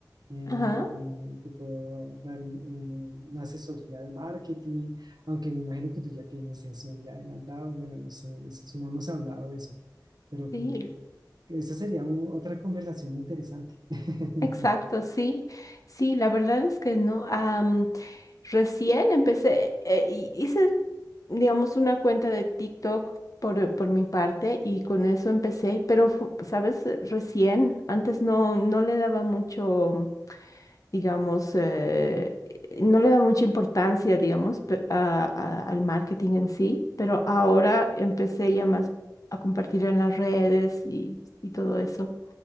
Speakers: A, on the right; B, on the left.
A: eh,
B: Ajá,
A: eh, te puedo dar eh, una asesoría de marketing, aunque me imagino que tú ya tienes eso ya adelantado. Bueno, no sé, eso sí no hemos hablado de eso, pero
B: sí.
A: que, que esa sería u- otra conversación interesante. <laughs>
B: Exacto, sí, sí, la verdad es que no. am, recién empecé, eh, y hice, digamos, una cuenta de TikTok por, por mi parte y con eso empecé, pero, fu- ¿sabes? Eh, Recién, antes no, no le daba mucho, digamos, eh, eh, no le daba mucha importancia, digamos, pe- a- a- al marketing en sí, pero ahora empecé ya más a compartir en las redes y, y todo eso.